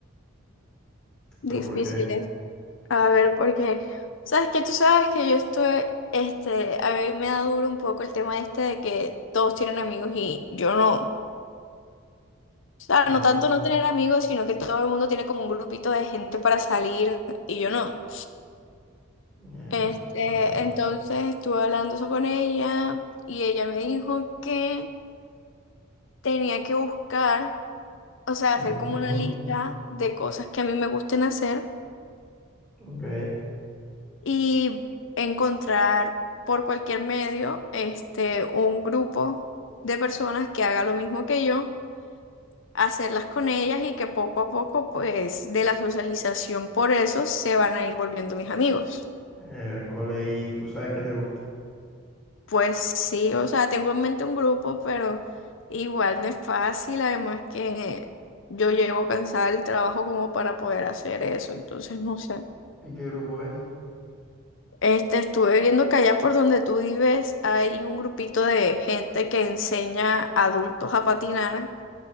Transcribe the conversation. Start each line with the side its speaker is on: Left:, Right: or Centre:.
Left: Difíciles.
Centre: ¿Pero por qué?
Left: A ver, porque, ¿sabes qué? Tú sabes que yo estoy, este, a mí me da duro un poco el tema este de que todos tienen amigos y yo no. O sea,
Centre: Ujú,
Left: no tanto no tener amigos, sino que todo el mundo tiene como un grupito de gente para salir y yo no.
Centre: Miércoles.
Left: Este, entonces estuve hablando eso con ella y ella me dijo que tenía que buscar, o sea,
Centre: Ujú,
Left: hacer como una lista de cosas que a mí me gusten hacer
Centre: Ok.
Left: y encontrar por cualquier medio, este, un grupo de personas que haga lo mismo que yo, hacerlas con ellas y que poco a poco, pues, de la socialización por eso se van a ir volviendo mis amigos.
Centre: Miércoles. ¿Y tú sabes qué te gusta?
Left: Pues sí, o sea, tengo en mente un grupo, pero igual no es fácil, además que yo llego cansada del trabajo como para poder hacer eso, entonces no sé.
Centre: ¿Y qué grupo es?
Left: Este, estuve viendo que allá por donde tú vives hay un grupito de gente que enseña a adultos a patinar